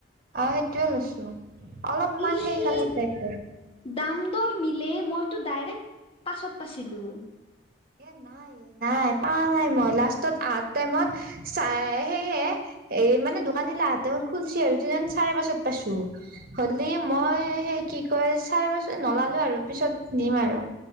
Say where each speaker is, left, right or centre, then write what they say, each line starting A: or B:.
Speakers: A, on the right (about 55°); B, on the left (about 30°).
A: অ', সেইটোয়ে লৈছো অলপমান
B: ই
A: সেই কালত যাইছ
B: দাম দৰ মিলেই মইতো ডাইৰেক্ট পাছত পাইছিলোঁ
A: এ নাই নাই পোৱা নাই মই লাষ্টত আ টাইমত চাই সে এই মানে দোকানীলাহতে ম খুলুলিছি আৰু ত চাৰে পাঁচত পাইছো হ'লি মই সেই কি কয় চাৰে বছৰ নলালো আৰু পিছত নিম আৰু